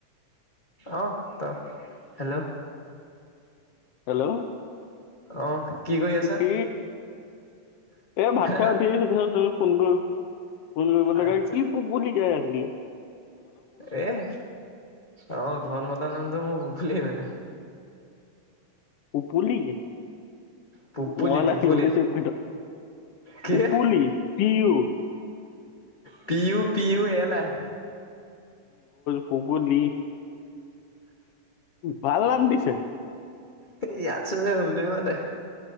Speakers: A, on the left; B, on the left.
A: অ, ত হেল্ল',
B: হেল্ল',
A: অহ কি কৰি আছা
B: কি এ ভাত
A: হা
B: খাই
A: হা
B: উঠিছিলো পিছত তুমি। ফুন কৰো, ফুন কৰিব লগিয়া
A: আচ্ছা
B: কি পুপুলি কৰি আছিলি।
A: এহ অ, ঘৰত মতা নামটো মোৰ পুপুলি মানে।
B: পুপুলি?
A: পুপুলি
B: ৱাল
A: পুপুলি
B: আহি বুলি চেফ কৰি থ।
A: কি
B: পুপুলি পি ইউ
A: পিউ-পিউ। তেলাই।
B: পুকুলি, ভাল নাম দিছে।
A: ইয়াত চবেই হেই বুলিয়ে মাতে।